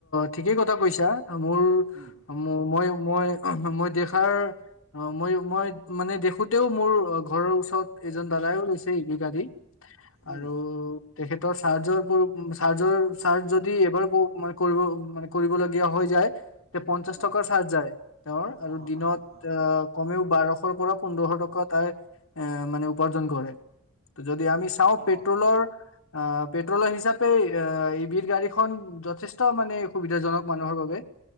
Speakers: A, on the left (about 60°); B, on the right (about 45°).
A: ঠিকেই কথা কৈছা। মোৰ-
B: উম
A: ম মই- মই- মই দেখাৰ- অঁ, মই- মই মানে দেখোতেও মোৰ ঘৰৰ ওচৰত এজন দাদাইও লৈছে ই ভি গাড়ী।
B: উম
A: আৰু তেখেতৰ চাৰ্জৰ- চাৰ্জৰ চাৰ্জ যদি এবাৰ কৰিব ম কৰিবলগীয়া হৈ যায়। তে পঞ্চাশ টকাৰ
B: অ
A: চাৰ্জ যায় তেওঁৰ আৰু
B: অ
A: দিনত
B: হয় অ
A: আহ- কমেও বাৰশৰ পৰা পোন্ধৰশ টকা তাই এ মানে উপাৰ্জন কৰে। যদি আমি- চাওঁ
B: অ
A: পেট্ৰলৰ, আ পেট্ৰলৰ হিচাপে আ- ই ভি গাড়ীখন যথেষ্ট মানে সুবিধাজনক মানুহৰ বাবে।